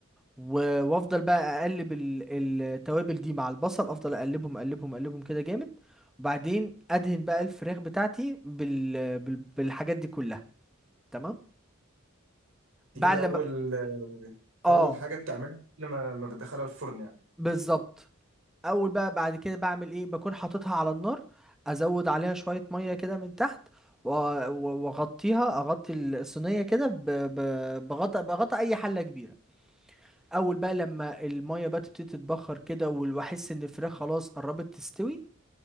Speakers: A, in the centre; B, on the right (about 70°).
A: و- وافضل بقى اقلب ال- التوابل دي مع البصل افضل اقلبهم اقلبهم اقلبهم كده جامد وبعدين ادهن بقى الفراخ بتاعتي بال... بال... بالحاجات دي كلها تمام
B: دي
A: بعد
B: كده
A: لما
B: اول
A: اه
B: اول حاجه بتعملها قبل ما ما بتدخلها الفرن يعني
A: بالظبط اول بقى بعد كده بعمل ايه بكون حاططها على النار ازود عليها شوية مية كده من تحت و- و- واغطيها اغطي الصينية كده ب... ب... بغطى بغطى اي حلة كبيرة اول بقى لما المية بقى تبتدي تتبخر كده واحس ان الفراخ خلاص قربت تستوي